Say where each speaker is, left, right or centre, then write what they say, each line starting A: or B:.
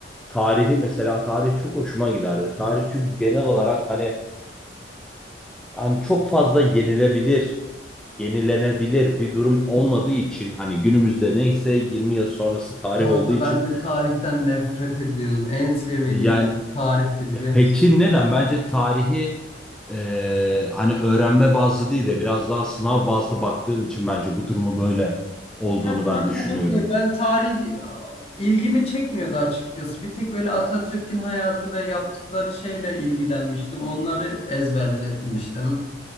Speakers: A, in the centre; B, on the left (about 30°).
A: tarihi mesela tarih çok hoşuma giderdi. Tarih çünkü genel olarak hani hani çok fazla yenilebilir, yenilenebilir bir durum olmadığı için hani günümüzde neyse 20 yıl sonrası tarih
B: Kanka
A: olduğu için
B: ben de tarihten nefret ediyordum. En sevmediğim
A: yani
B: ders tarihti biliyor
A: Peki
B: musun?
A: neden? Bence tarihi e, hani öğrenme bazlı değil de biraz daha sınav bazlı baktığın için bence bu durumu böyle olduğunu
B: Ya kanka
A: ben düşünüyorum.
B: ne bileyim ben tarih aa, ilgimi çekmiyordu açıkçası. Bir tek böyle Atatürk'ün hayatı ve yaptıkları şeyle ilgilenmiştim. Onları ezberlemiştim.